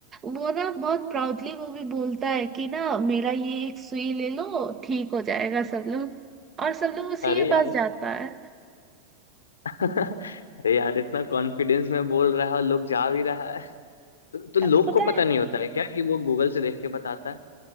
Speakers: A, on the right; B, on the left.
A: वो ना बहुत प्राउडली वो भी बोलता है कि ना मेरा ये एक सुई ले लो ठीक हो जाएगा सब लोग और सब लोग उसी
B: अरे
A: के
B: यार
A: पास जाता है
B: <laughs> अरे यार इतना कॉन्फिडेंस में बोल रहा है और लोग जा भी रहा है तो, तो लोग
A: अब पता
B: को पता
A: है
B: नहीं होता है क्या कि वो गूगल से देख के बताता है